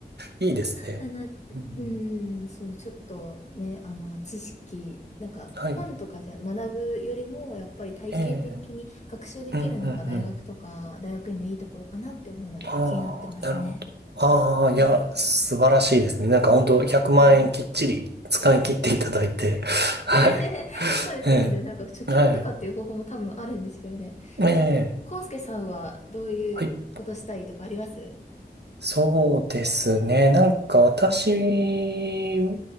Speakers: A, on the right; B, on the left.
A: いいですね。
B: だなって。
A: うん、
B: うん、そう、ちょっとね、あの、知識、なんか、
A: はい。
B: 本とかじゃ学ぶよりも、やっぱり体系的に学習できるのが大学とか、
A: ええ、うん、うん、うん。
B: 大学院のいいところかなって思うので、
A: ああ、
B: 気になってますね。
A: なるほど。ああ、いや、
B: うん
A: 素晴らしいですね。なんか本当100万円きっちり使い切っていただいて。
B: うん
A: <laughs> はい。
B: <laughs> そうですよね。
A: え
B: なんか貯金とかっていう方法も多分あるんですけどね。
A: え、はい。ええ、
B: なんか、康介さんはどういうことしたいとかあります
A: はい。そうですね。なんか私、